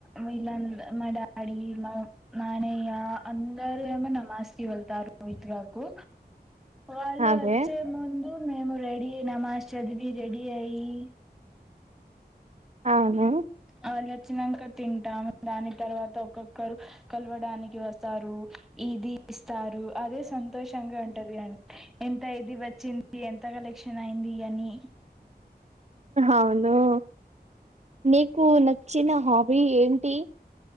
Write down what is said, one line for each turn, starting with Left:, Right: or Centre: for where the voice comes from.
Centre: వీళ్లంద్ మా డాడి మా నాణయ్య అన్ రారు ఏమో నమాజ్ కి వెళ్తారు ఇదికు వాళ్ళు
Right: ఆ అదే
Centre: వచ్చే ముందు మేము రెడీ నమాజ్ చదివి రెడీ అయ్యి
Right: అవును
Centre: అ వచ్చినంక తింటాం దాని తర్వాత ఒక్కొక్కరు కలవడానికి వస్తారు ఇది ఇస్తార్ అదే సంతోషంగా ఉంటది అ ఎంత ఇది వచ్చింది ఎంత కలెక్షన్ అయింది అని
Right: అవును నీకు నచ్చిన హాబీ ఏంటి